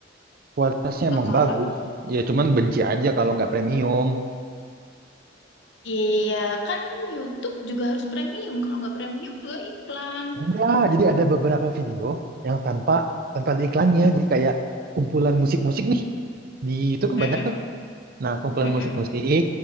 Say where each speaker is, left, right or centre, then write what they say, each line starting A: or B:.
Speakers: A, on the right; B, on the left.
A: Kualitasnya
B: Nggak
A: emang
B: kalah
A: bagus. Ya cuman benci aja kalau nggak premium.
B: Iya, kan YouTube juga harus premium. Kalau nggak premium juga iklan.
A: Enggak, jadi ada beberapa video yang tanpa tanpa ada iklannya. Jadi kayak kumpulan musik-musik nih. Di itu kan
B: Mm-mm,
A: banyak tuh. Nah, kumpulan
B: mm-mm.
A: musik-musik